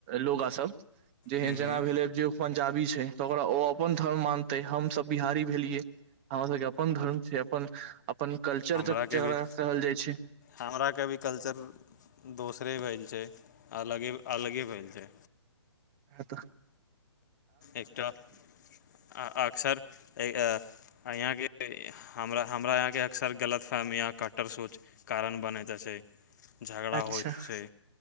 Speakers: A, on the right; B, on the left.
A: लोग आ सब जेहन
B: ह
A: जेना भेलै जे पंजाबी छै तऽ ओकरा ओ अपन धर्म मानतै हमसभ बिहारी भेलियै हमर सभके अपन धर्म छै अपन अपन कल्चर
B: हमराके
A: तक जकरा
B: भी
A: कहल जाइ छै
B: हमराके भी कल्चर दोसरे भेल छै अलगे अलगे भेल छै
A: ओहा त
B: एकटा आ अक्सर ए -अ अंया के ए -हमरा हमरा यहाँ के अकसर गलतफहमियां कटर सोच कारण बनै त छै झगड़ा
A: अच्छा
B: होइत छै